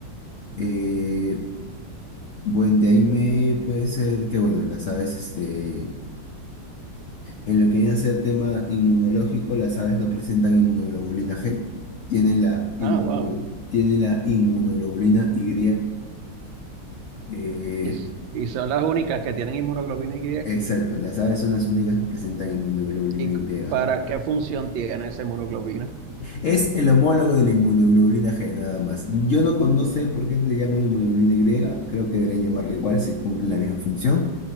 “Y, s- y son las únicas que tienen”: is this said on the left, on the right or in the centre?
Right